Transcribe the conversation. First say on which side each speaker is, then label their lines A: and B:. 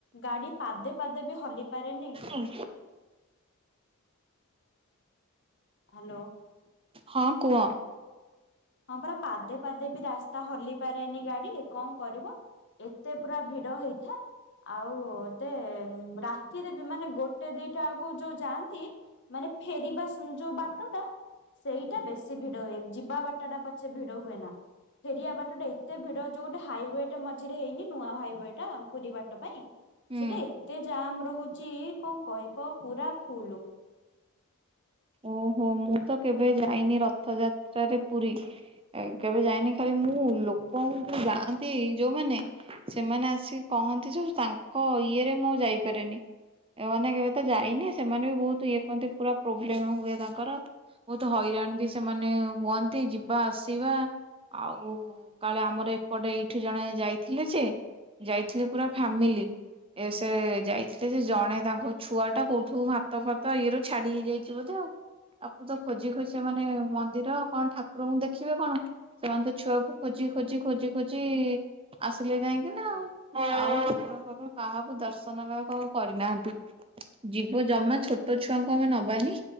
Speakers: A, on the left; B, on the right.
A: ଗାଡି ପାଦେ ପାଦେ ବି ହଲି ପାରେନି‌।
B: ଉଁ।
A: ହାଲୋ।
B: ହଁ କୁଅ।
A: ହଁ ପରା ପାଦେ ପାଦେ ବି ରାସ୍ତା ହଲି ପାରେନି ଗାଡି। କଣ କରିବ ଏତେ ପୁରା ଭିଡ ହେଇଥାଏ ଆଉ ତେ ରା ତିରେ ବି ମାନେ ଗୋଟେ ଦିଟା ଆଳକୁ ଯୋଉ ଯାଆନ୍ତି ମାନେ ଫେରିବା ଯୋଉ ବାଟଟା ସେଇଟା ବେଶୀ ଭିଡ ହୁଏ ଯିବା ବାଟା ଟା ପଛେ ଭିଡ ହୁଏ ନା। ଫେରିବା ବାଟଟା ଏତେ ଭିଡ ଯୋଉ ଗୋଟେ ହାଇୱେ ଟେ ମଝିରେ ହେଇନି ନୂଆ ହାଇୱେ ଟା ପୁରୀ ବାଟ ପାଇଁ।
B: ହୁଁ
A: ସେଟା ଏତେ ଜାମ୍ ରହୁଚି କଣ କହିବ ପୁରା ଫୁଲୁ।
B: ଓହୋ ମୁଁ ତ କେବେ ଯାଇନି ରଥଯାତ୍ରାରେ ପୁରୀ। ଏଇ କେବେ ଯାଇନି ଖାଲି ମୁଁ ଲୋକଙ୍କୁ ଯୋଉ ଯାଆନ୍ତି ଯୋଉ ମାନେ। ସେମାନେ ଆସିକି କହନ୍ତି ଯେ ତାଙ୍କ ଇଏରେ ମୁଁ ଯାଇପାରେନି। ଏ ମାନେ କେବେ ତ ଯାଇନି ସେମାନେ ବି ବହୁତ ଇଏ କରନ୍ତି ପୁରା ପ୍ରୋବ୍ଲେମ ହୁଏ ତାଙ୍କର। ବହୁତ ହଇରାଣ ବି ସେମାନେ ହୁଅନ୍ତି ଯିବା ଆସିବା। ଆଉ କାଳେ ଆମର ଏପଟେ ଏଇଠି ଜଣେ ଯାଇଥିଲେ ଯେ। ଯାଇଥିଲେ ପୁରା ଫାମିଲି। ଏ ସେ ଯାଇଥିଲେ ଯେ ଜଣେ ତାଙ୍କ ଛୁଆ ଟା କୋଉଠୁ ହାତ ଫାତ ଇଏ ରୁ ଛାଡି ହେଇଯାଇଛି। ବୋଧେ ଆଉ ଆକୁ ତ ଖୋଜି ଖୋଜି ସେମାନେ ମନ୍ଦିର କଣ ଠାକୁରଙ୍କୁ ଦେଖିବେ କଣ। ସେମାନେ ତ ଛୁଆକୁ ଖୋଜି ଖୋଜି ଖୋଜି ଖୋଜି। ଆସିଲେ ଯାଇଁ କିନା ଆଉ ଆଉ ଠାକୁର ଫାକୁର କାହାକୁ ଦର୍ଶନ ବି ଆଉ କାହାକୁ କରିନାହାନ୍ତି। ଯିବ ଜମା ଛୋଟ ଛୁଆଙ୍କୁ ଆମେ ନବାନି।